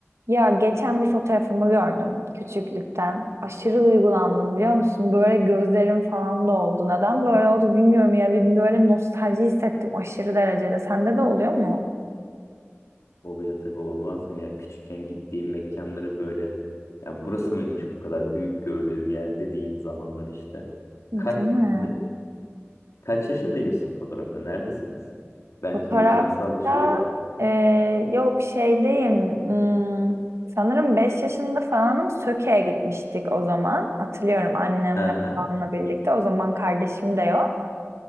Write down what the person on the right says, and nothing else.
Ya geçen bir fotoğrafımı gördüm küçüklükten. Aşırı duygulandım biliyor musun? Böyle gözlerim falan doldu. Neden böyle oldu bilmiyorum ya. Bir böyle nostalji hissettim aşırı derecede. Sende de oluyor mu?
Değil
mi?
Fotoğrafta
e, yok şeydeyim. Hmm, sanırım 5 yaşında falanım Söke'ye gitmiştik o zaman. Hatırlıyorum annemle
babamla birlikte. O zaman kardeşim de yok.